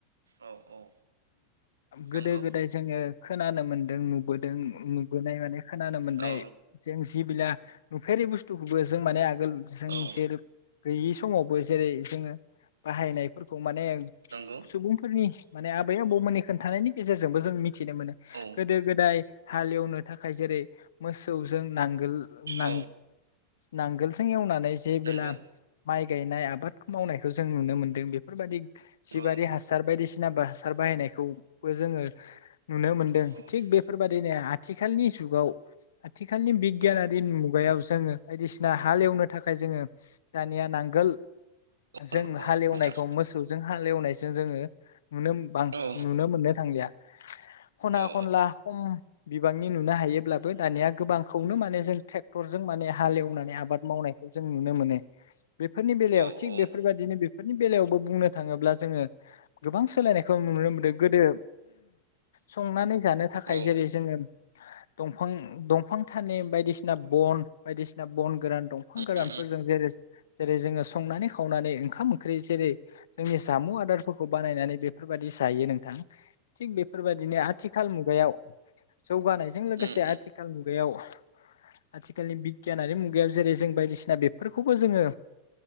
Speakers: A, on the right; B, on the left.
A: औ औ।
B: गोदो
A: नंगौ
B: गोदाय जोङो खोनानो मोनदों नुबोदों नुबोनाय माने खोनानो मोननाय
A: औ
B: जों बिदिबिला नुफेररि बुस्थुखौबो जों माने जों
A: औ
B: जेरै गैयि समावबो जेरै जोङो बाहायनायफोरखौ माने
A: नंगौ
B: सुबुंफोरनि बे आबौमोननि खोन्थानायनि गेजेरजोंबो जों मिथि मिथिनो मोनो
A: औ
B: गोदो गोदाय हालेवनो थाखाय जेरै मोसौजों नांगोल नां
A: औ
B: नांगोल जों एवना नै जेबोला
A: नंगौ
B: माइ गायनाय आबाद मावनायखौ जों नुनो मोन्दों बेफोरबायदि जिबारि
A: नंगौ नंगौ
B: हासार बायदिसि हासार बाहायनायखौ
A: औ
B: खौ जोङो नुनो मोनदों
A: औ
B: थिग बेफोरबायदिनो आथिखालनि जुगाव आथिखालनि बिगिनयारि
A: औ
B: मुगायाव जोङो बायदिसिना हालेवनो थाखाय जोङो दानिया नांगोल जों
A: नंगौ
B: हालेवनायखौ
A: नोंथां
B: मोसौजों हालेवनायजों जोङो नुनो बां
A: औ
B: नुनो मोननो थांलिया। खना
A: औ
B: खनला खम बिबांनि नुनो हायोब्लाबो दानिया गोबांखौनो माने जों ट्रेक्टरजों माने हालेवनानै आबाद मावनायखौ जों नुनो मोनो। बेफोरनि बेलायाव
A: औ
B: थिग
A: उम
B: बेफोरबायदिनो बेफ नि बेलायावबो बुंनो थाङोब्ला जोङो गोबां सोलायनायखौ नुनो मोनदों गोदो संनानै जानो थाखाय
A: औ
B: जेरै जोङो दंफां दंफां थाने बायदिसिना बन बायदिसिना बन गोरान दंफां गोरानफोरजों
A: उम
B: जेरै जेरै जोङो संनानै खावनानै ओंखाम ओंख्रि जेरै जोंनि जामुं आदारफोरख खौ बानायनानै बेफोरबायदि जायो नोंथां थिग बेफोरबायदिनो आथिखाल मुगायाव जौगानायजों लोगोसे
A: उम उम
B: आथिखाल मुगायाव आथिखालनि बिगियानारि मुगायाव जेरै जों बायदिसिना बेफोरखौबो जोङो